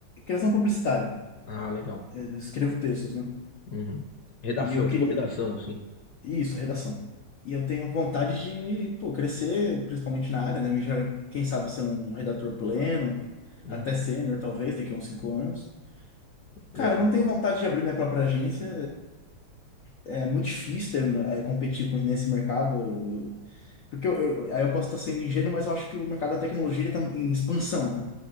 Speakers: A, on the left; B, on the left.
A: Criação publicitária.
B: Ah, legal.
A: Eu escrevo textos, né?
B: Uhum. Redação,
A: E eu
B: tipo
A: queria.
B: redação, assim.
A: Isso, redação. E eu tenho vontade de, pô, crescer, principalmente na área, né? Me já- Quem sabe ser um redator pleno,
B: Uhum.
A: até sênior, talvez, daqui a uns cinco anos.
B: Legal.
A: Cara, eu não tenho vontade de abrir minha própria agência. É, é muito difícil ter- é, competir com- nesse mercado. Eu- Porque eu, eu- aí eu posso estar sendo ingênuo, mas eu acho que o mercado da tecnologia está em expansão, né?